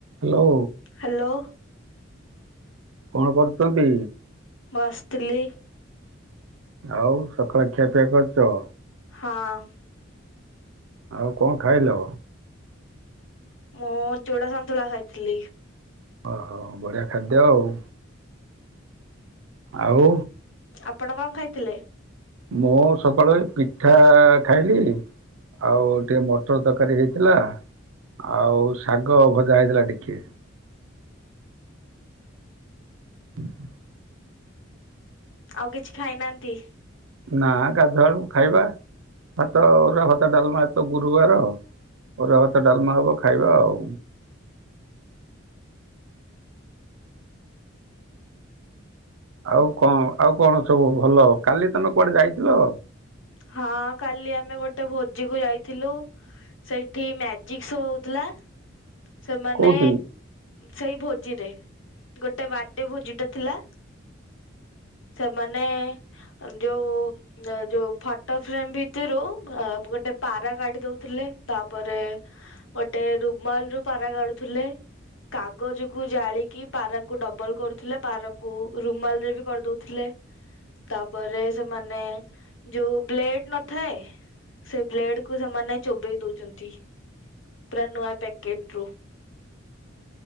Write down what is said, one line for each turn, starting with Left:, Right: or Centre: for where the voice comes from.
Right: Hello
Left: hello
Right: କଣ କରୁଚନ୍ତି?
Left: ବସ୍ ଥିଲି
Right: ଆଉ ସକାଳ ଖିଆପିଆ କରିଛ?
Left: ହଁ
Right: ଆଉ କଣ ଖାଇଲ?
Left: ମୁଁ ଚୁଡ଼ା ସନ୍ତୁଳା ଖାଇଥିଲି।
Right: ଓହୋ ବଢିଆ ଖାଦ୍ୟ ଆଉ ଆଉ
Left: ଆପଣ କଣ ଖାଇଥିଲେ?
Right: ମୁଁ ସକାଳୁ ଏଇ ପିଠା ଖାଇଲି ଆଉ ଟିକେ ମଟର ତରକାରୀ ହେଇଥିଲା। ଆଉ ଶାଗ ଭଜା ହେଇଥିଲା ଟିକେ <inaudible>
Left: ଆଉ କିଛି ଖାଇନାହାନ୍ତି?
Right: ନା ଗାଧୁଆବେଳକୁ ଖାଇବା ଭାତ ଅରୁଆ ଭାତ ଡାଲ୍ମା ଆଜିତ ଗୁରୁବାର ଅରୁଆ ଭାତ ଡାଲ୍‌ମା ହବ ଖାଇବା ଆଉ ଆଉ କଣ ଆଉ କଣ ସବୁ ଭଲ, କାଲି ତମେ କୁଆଡେ ଯାଇଥିଲ?
Left: ହଁ କାଲି ଆମେ ଗୋଟେ ଭୋଜି କୁ ଯାଇଥିଲୁ। ସେଇଠି ମ୍ୟାଜିକ୍ ଶୋ ହଉଥିଲା। ସେମାନେ
Right: କୋଉଠି?
Left: ସେଇ ଭୋଜିରେ ଗୋଟେ ବାର୍ଥଡେ ଭୋଜିଟା ଥିଲା। ସେମାନେ ଯୋଉ ଯୋଉ ଫଟୋଫ୍ରେମ ଭିତରୁ ଗୋଟେ ପାରା ରାଇଡ୍ ଦଉଥିଲେ ତାପରେ ଗୋଟେ ରୁମାଲ୍ ରୁ ପାରା କାଢୁଥିଲେ। କାଗଜକୁ ଜାଳିକି ପାରାକୁ ଡବଲ କରୁଥିଲେ ପାରାକୁ ରୁ ରୁମାଲ୍ ରେ ବି କରିଦଉଥିଲେ। ତାପରେ ସେମାନେ ଯୋଉ ବ୍ଲେଡ ନଥାଏ। ସେ ବ୍ଲେଡ୍ କୁ ସେମାନେ ଚୋବେଇ ଦଉଛନ୍ତି ପୁରା ନୂଆ ପ୍ୟାକେଟରୁ